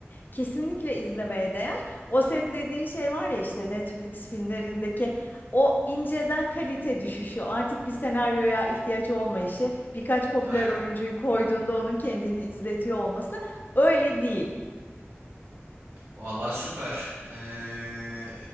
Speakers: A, on the left; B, on the right.
A: Kesinlikle izlemeye değer. O senin dediğin şey var ya işte Netflix filmlerindeki o inceden kalite düşüşü, artık bir senaryoya ihtiyaç olmayışı, birkaç popüler
B: Aynen.
A: oyuncuyu koyduğunda onun kendini izletiyor olması öyle değil.
B: Valla süper. Ee,